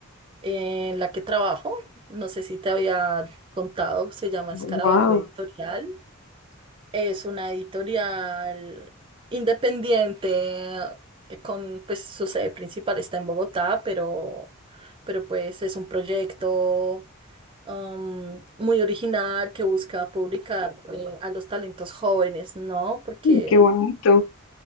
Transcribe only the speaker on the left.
Wow,
qué bonito,